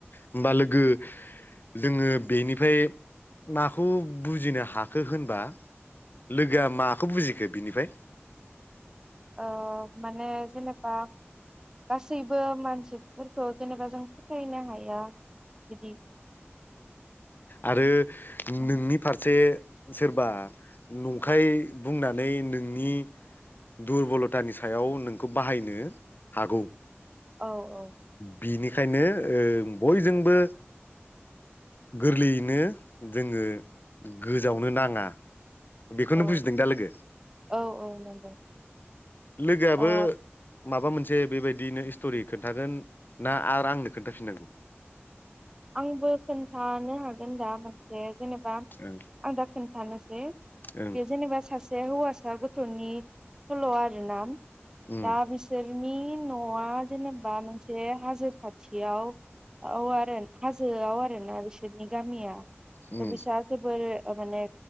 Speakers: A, on the left (about 45°); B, on the right (about 15°).
A: होमबा लोगो जोङो बेनिफ्राय माखौ बुजिनो हाखो होनबा? लोगोआ माखौ बुजिखो बिनिफ्राय?
B: ओ माने जेनेबा। गासैबो मानसिफोरखौ जेनेबा जों फोथायनो हाया बिदि!
A: आरो
B: माने
A: नोंनि फारसे सोरबा नंखाय बुंनानै नोंनि दुरबलथानि सायाव नोंखौ बाहायनो हागौ।
B: औ औ।
A: बिनिखायनो ओ बयजोंबो गोरलैयैनो जोङो गोजावनो नाङा। बेखौनो
B: औ
A: बुजिदों दा लोगो
B: औ औ नंगौ
A: लोगोआबो
B: ओ
A: माबा मोनसे बेबायदिनो स्ट'रि खोन्थागोन ना? आरो आंनो खोन्थाफिननांगौ?
B: आंबो खोन्थानो हागोन दा मोनसे जेनेबा
A: ओं
B: आंदा खोन्थानोसै
A: ओं
B: बे जेनेबा सासे हौवासा गथ'नि सल' आरो ना
A: उम
B: दा बिसोर नोंनि न'आ जेनेबा मोनसे हाजो खाथियाव औ आरो हाजोआव आरोना बिसोरनि गामिया
A: उम
B: बिसा जोबोर अ माने